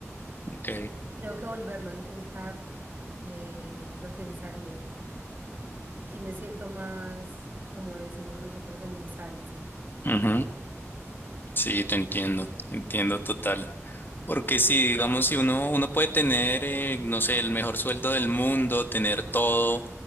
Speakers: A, on the left (about 40°); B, on the right (about 40°).
A: ok,
B: Creo que volverlo a intentar eh, lo pensaría. Aquí me siento más, como decimos nosotros, en mi salsa.
A: ujú. Sí, te entiendo, te entiendo total. Porque si, digamos, si uno, uno puede tener, eh, no sé, el mejor sueldo del mundo, tener todo,